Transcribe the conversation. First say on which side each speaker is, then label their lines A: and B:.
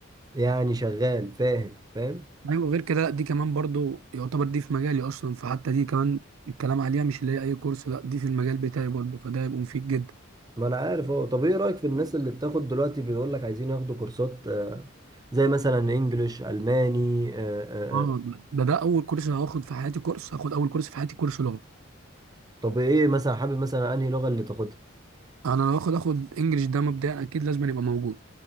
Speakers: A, on the right; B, on the right.
A: يعني شغال فاهم فاهم
B: ايوه غير كده لا دي كمان برضو يعتبر دي في مجالي اصلا فحتى دي كمان الكلام عليها مش اللي هي اي كورس لا دي في المجال بتاعي برضو فده هيبقى مفيد جدا
A: ما انا عارف اهو طب ايه رأيك في الناس اللي بتاخد دلوقتي بيقول لك عايزين ياخدوا كورسات آه، زي مثلا انجليش الماني آه، آه،
B: اه
A: آه.
B: ده ده اول كورس هاخد في حياتي كورس هاخد اول كورس في حياتي كورس لغه
A: طب ايه مثلا حابب مثلا انهي لغة اللي تاخدها
B: انا لو اخد اخد انجليش ده مبدئيا اكيد لازم يبقى موجود